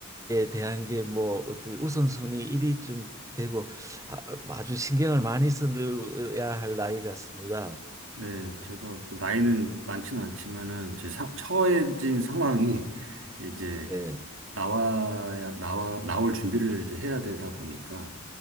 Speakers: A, on the right (about 15°); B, on the right (about 75°).
A: 대한 게 뭐 어떤 우선순위 1위쯤 되고 아, 아주 신경을 많이 써야 할 나이 같습니다.
B: 네, 제가 뭐 나이는 많지는 않지만은, 제 사, 처해진 상황이 이제
A: 네,
B: 나와야, 나와, 나올 준비를 이제 해야 되다 보니까,